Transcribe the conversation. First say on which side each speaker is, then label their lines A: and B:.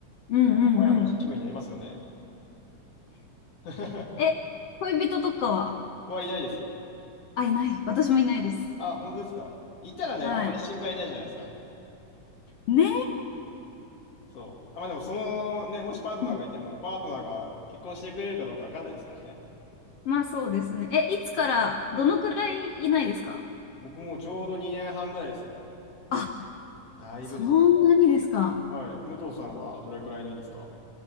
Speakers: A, on the left (about 80°); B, on the left (about 50°).
A: うんうんうん。
B: なんかモヤモヤした気分になりますよね。<laughs>
A: え、恋人とかは、
B: はいないです。
A: あ、いない。私もいないです。
B: あ、本当ですか。いたらね、
A: はい。
B: あんまり心配ないじゃないですか。
A: ね
B: そう。あ、まあでも、そのね、もしパートナーがいても、
A: え。
B: パートナーが結婚してくれるかどうかわかんないですからね。
A: まあそうですね。え、いつから、どのくらいいないですか
B: 僕もうちょうど2年半ぐらいですね。
A: あ、
B: だいぶですよ。
A: そんなにですか。
B: はい。武藤さんはどれくらいないんですか